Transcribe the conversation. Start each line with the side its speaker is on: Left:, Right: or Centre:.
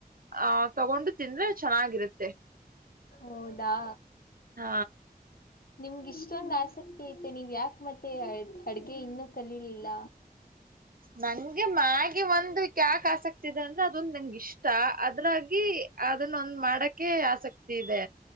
Right: ಆಹ ತಗೊಂಡು ತಿಂದ್ರೆ ಚೆನ್ನಾಗಿರುತ್ತೆ. <unintelligible>
Left: ಹೌದಾ.
Right: ಹಾ.
Left: ನಿಮ್ಗಿಷ್ಟೊಂದು ಆಸಕ್ತಿ ಐತೆ ನೀವು್ ಯಾಕೆ ಮತ್ತೆ ಅ ಅಡ್ಗೆ ಇನ್ನೂ ಕಲಿರ್ಲಿಲ್ಲ.
Right: ನಂಗೆ ಮಗೆ ಒಂದು ಯಾಕ ಆಸಕ್ತಿ ಇದೆ ಅಂದ್ರೆ ಅದೊಂದ ನಂಂಗಗೆ ಇಷ್ಟ. ಇಷ್ಟ ಅದ್ರಾಗಿ ಅದನ್ನ ಒಂದ್ ಮಾಡಕ್. ಆಸಕ್ತಿ ಇದೆ